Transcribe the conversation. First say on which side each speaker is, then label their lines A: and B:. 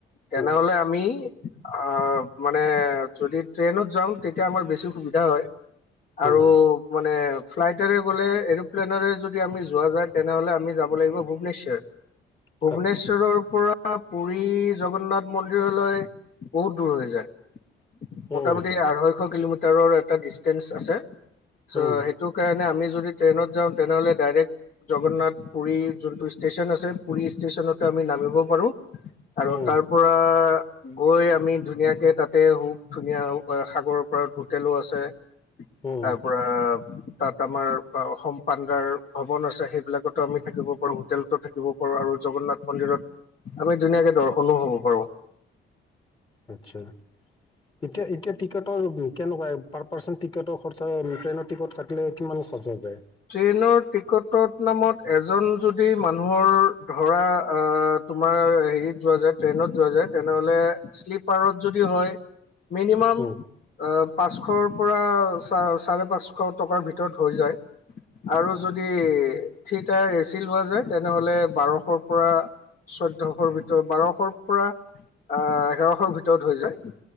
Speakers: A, on the left (about 45°); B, on the left (about 25°).
A: তেনেহ'লে
B: উম
A: আমি আহ মা মানে যদি ট্ৰেইনত যাওঁ তেতিয়া আমাৰ বেছি সুবিধা হয় আৰু
B: উম
A: মানে ফ্লাইটেৰে গ'লে এৰ'প্লেনেৰে যদি আমি যোৱা যায় তেনেহ'লে আমি যাব লাগিব ভূৱনেশ্বৰ।
B: <inaudible>
A: ভূৱনেশ্বৰৰ পৰা পুৰী জগন্নাথ মন্দিৰলৈ বহুত দূৰ হৈ যায়। মোটামটি
B: উম
A: আঢ়ৈশ কিলোমিটাৰৰ এটা ডিচটেন্স আছে চ
B: উম
A: হেই সেইটো কাৰণে আমি যদি ট্ৰেইনত যাওঁ তেনেহ'লে ডাইৰেক্ট জগন্নাথ পুৰী যোনটো ষ্টেচন আছে পুুৰী ষ্টেচনতে আমি নামিব পাৰো। আৰু
B: উম
A: তাৰ পৰা গৈ আমি ধুনীয়াকে তাত তে বহুত ধুনীয়া সাগৰৰ পৰা হোটেলো আছে,
B: উম
A: তাৰ পৰা তাত আমাৰ অসম পাণ্ডাৰ ভৱন আছে সেইবিলাকতো আমি থাকিব পাৰো হোটেল থাকিব পাৰো আৰু জগন্নাথ মন্দিৰত আমি ধুনীয়াকে দৰ্শনো হ'ব পাৰো।
B: আচ্ছা, এতিয়া এতিয়া টিকটৰ কেনেকুৱা পাৰ পাৰ্চন টিকটৰ খৰচা ট্ৰেইনৰ টিকট কাটিলে কিমান খৰচ হৈ যায়?
A: ট্ৰেইনৰ টিকটৰ নামত এজন যদি মানুহৰ ধৰা আ, তোমাৰ হেৰিত যোৱা যায় ট্ৰেইনত যোৱা যায় তেনেহ'লে শ্লিপাৰত যদি হয়, মিনিমাম
B: উম
A: আ, পাঁচশৰ পৰা চা চাৰে পাঁচশ টকাৰ ভিতৰত হৈ যায়। আৰু যদি থ্ৰি টায়াৰ এচি লোৱা যায় তেনেহলে বাৰশৰ পৰা চৈধ্যশৰ ভিতৰত বাৰশৰ পৰা আহ এঘাৰশৰ ভিতৰত হৈ যায়।